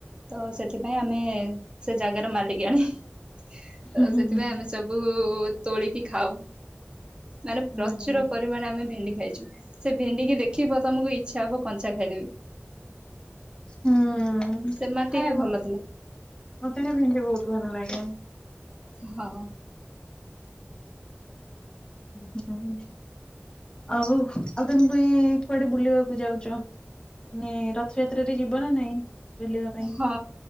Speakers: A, on the right (about 25°); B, on the left (about 20°).
A: ତ ସେଥିପାଇଁ ଆମେ। ସେ ଜାଗାର ମାଲିକିଆଣି ତ
B: ହୁଁ, ହୁଁ,
A: ସେଥିପାଇଁ
B: ହୁଁ, ହୁଁ, ହୁଁ,
A: ଆମେ ସବୁ ତୋଳିକି ଖାଉ ମାନେ
B: ହୁଁ,
A: ପ୍ରଚୁର
B: ହୁଁ।
A: ପ ପରିମାଣେ ଆମେ ଭେଣ୍ଡି ଖାଇଛୁ ସେ ଭେଣ୍ଡିିକି ଦେଖିବ ତମକୁ ଇଚ୍ଛା ହବ କଞ୍ଚା ଖାଇଦେବି।
B: ହୁଁ
A: ସେ ମାଟି
B: ହାଏ
A: ବି
B: ମ
A: ଭଲ ଥିଲା
B: ମତେ ବି ଭେଣ୍ଡି ବହୁତ ଭଲ ଲାଗେ।
A: ହଁ।
B: ହୁଁ ହୁଁ ଆଉ ଆଉ ତମେ ପା ଏ କୁଆଡ଼େ ବୁଲିବାକୁ ଯାଉଚ ମାନେ ର ଥ ଯାତ୍ରାରେ ଯିବ ନା ନାଇଁ ବୁଲିବା ପାଇଁ?
A: ହଁ